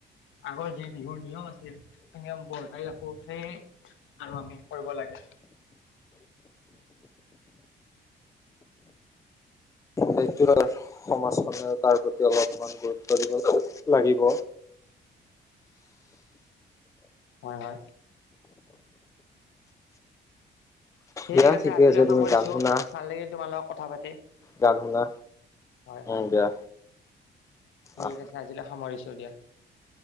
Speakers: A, on the left (about 75°); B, on the left (about 15°).
A: আগৰ যি বিহুৰ নিয়ম আছিল সেই নিয়ম বৰ্তাই ৰাখো সেই আৰু আমি কৰিব লাগে।
B: সেইটো সমাজখনেও তাৰ প্ৰতি অলপমান গুৰুত্ব দিব লাগিব।
A: হয়- হয় ঠিক
B: দিয়া
A: আছে
B: ঠিকে
A: আজিলৈ সামৰিছো
B: তুমি গান শুনা
A: ভাল লাগিল তোমালোক। কথা পাতি।
B: গান গুনা।
A: হয় হয়
B: অ' দিয়া
A: ঠিক
B: আহ
A: আছে আজিলৈ সামৰিছো। সামৰিছোঁ দিয়া